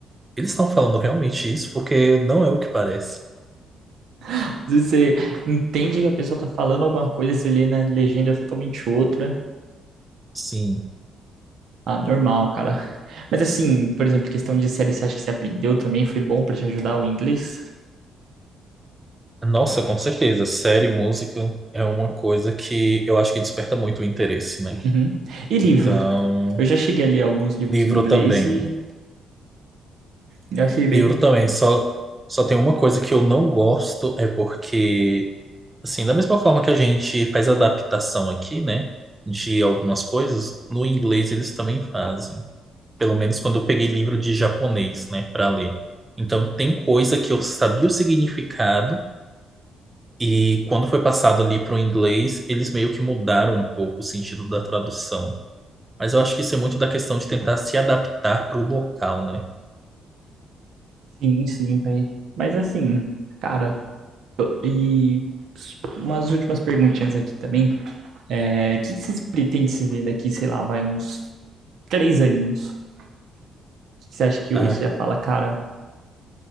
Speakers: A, on the right (about 15°); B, on the right (about 70°).
A: Eles estão falando realmente isso? Porque não é o que parece.
B: Às Você entende que a pessoa tá falando alguma coisa, se lê na legenda é totalmente outra.
A: Sim.
B: Ah, normal, cara. Mas assim, por exemplo, questão de série, você acha que você aprendeu também? Foi bom pra te ajudar o inglês?
A: Nossa, com certeza. Série, música é uma coisa que eu acho que desperta muito o interesse, né?
B: Uhum. E livro?
A: Então.
B: Eu já cheguei a ler alguns livros
A: Livro
B: em inglês
A: também.
B: e eu achei bem.
A: Livro também. Só, só tem uma coisa que eu não gosto, é porque, assim, da mesma forma que a gente faz adaptação aqui, né, de algumas coisas, no inglês eles também fazem. Pelo menos quando eu peguei livro de japonês, né, para ler. Então, tem coisa que eu sabia o significado, e quando foi passado ali pro inglês, eles meio que mudaram um pouco o sentido da tradução. Mas eu acho que isso é muito da questão de tentar se adaptar pro local, né?
B: Sim, sim, velho. Mas assim, cara, e umas últimas perguntinhas aqui também. É, o que que vocês pretendem se ver daqui, sei lá, vai uns três aninhos? O que que você acha que
A: Ah,
B: hoje você já fala, cara?